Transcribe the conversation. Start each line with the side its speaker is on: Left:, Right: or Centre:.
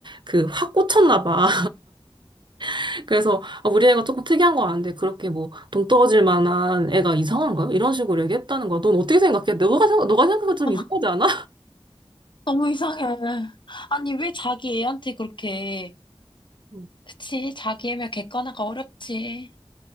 Right: 그 확 꽂혔나 봐. <laughs> 그래서 아, 우리 애가 조금 특이한 거 아는데 그렇게 뭐 동떨어질 만한 애가 이상한가요? 이런 식으로 얘기했다는 거야. 넌 어떻게 생각해? 너가 생각, 너가 생각해도 좀
Left: 어.
Right: 이상하지 않아?
Left: 너무 이상해. 아니, 왜 자기 애한테 그렇게,
Right: <laughs> 음.
Left: 그치, 자기 애면 객관화가 어렵지.